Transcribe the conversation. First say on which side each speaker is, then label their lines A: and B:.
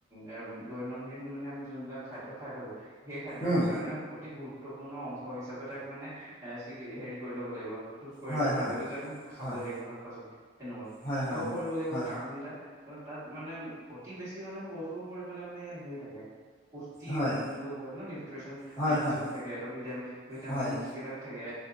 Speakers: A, on the right; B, on the left.
A: এ দৈনন্দিন মানে আমি যোনবিলাক খাদ্য খাই থাকো সেই খাদ্যৰ
B: উম
A: কাৰণে অতি গুৰুত্বপূৰ্ণ অংশ হিচাপে তাক মানে এ সিকি হেৰি কৰি ল'ব লাগিব। চুজ কৰি
B: হয়
A: ল'ব লাগিব
B: হয়
A: এইটো যে আমি খাবই
B: হয়
A: লাগিব শাক পাচলি তেনেকুৱাকে,
B: হয়
A: কিয়
B: হয়
A: কৰিব লাগিব
B: হয়
A: কাৰণ কেইটা ত তাত মানে অতি বেছি মানে প্ৰচুৰ পৰিমানে মানে ইয়াত হেৰি থাকে পুষ্টি
B: হয়
A: যোনটো হয় ন, নিউট্ৰিচন
B: হয়
A: নিউট্ৰিচন
B: হয়
A: থাকে ভিটামিন ভিটামিনচ
B: হয়
A: বিলাক থাকে